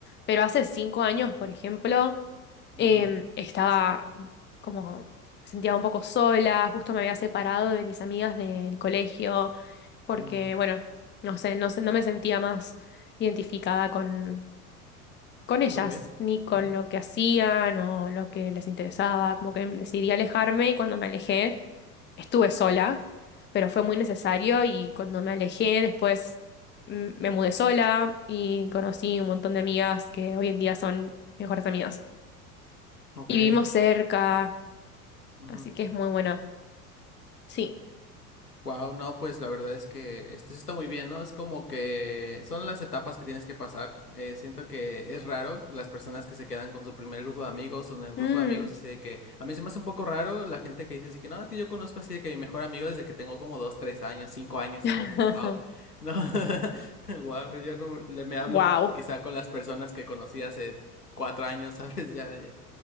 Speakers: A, on the left; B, on the left.
A: pero hace cinco años, por ejemplo,
B: Ujú.
A: em, estaba como, me sentía un poco sola, justo me había separado de mis amigas del colegio, porque,
B: Mm,
A: bueno, no sé, no sé, no me sentía más identificada con, con ellas,
B: Ok.
A: ni con
B: Ujú.
A: lo que hacían o lo que les interesaba, como que decidí alejarme y cuando me alejé estuve sola, pero fue muy necesario y cuando me alejé después mm, me mudé sola y conocí un montón de amigas que hoy en día son mejores amigas.
B: Ok.
A: Y vivimos cerca,
B: Ujú.
A: así que es muy buena. Sí.
B: Wow, no, pues la verdad es que esto sí está muy bien, ¿no? Es como que son las etapas que tienes que pasar. Eh, siento que es raro las personas que se quedan con su primer grupo de amigos o en un grupo
A: Mm.
B: de amigos así de que a mí se me hace un poco raro la gente que dice así que no, es que yo conozco así de que mi mejor amigo desde que tengo como dos, tres años, cinco años,
A: <laughs>
B: y es como que wow, no, <laughs> wow, yo no le me hablo
A: Wow.
B: quizá con las personas que conocí hace cuatro años, <laughs> ¿sabes? Ya, ya.